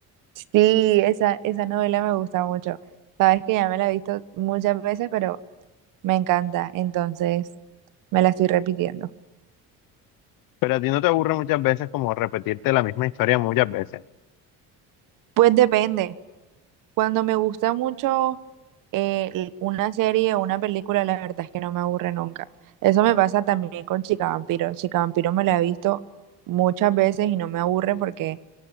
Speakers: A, on the right (about 70°); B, on the left (about 75°).
A: Sí, esa, esa novela me gusta mucho. Sabes que ya me la he visto muchas veces, pero Me encanta, entonces me la estoy repitiendo.
B: Pero a ti no te aburre muchas veces como repetirte la misma historia muchas veces.
A: Pues depende. Cuando me gusta mucho eh, l- una serie o una película, la verdad es que no me aburre nunca. Eso me pasa también con Chica Vampiro. Chica Vampiro me la he visto muchas veces y no me aburre porque,